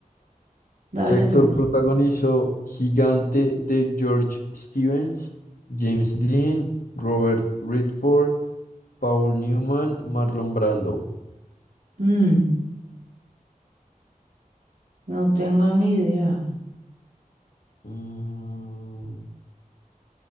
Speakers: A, on the right; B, on the left.
A: Dale
B: ¿Qué actor
A: tú.
B: protagonizó Gigante de George Stevens, James Dean, Robert Redford, Paul Newman, Marlon Brando?
A: Mm, no tengo ni idea.
B: Mm,